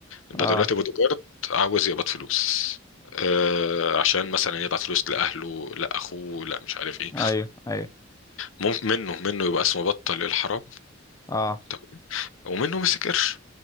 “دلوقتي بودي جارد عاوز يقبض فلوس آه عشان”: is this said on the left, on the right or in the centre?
Left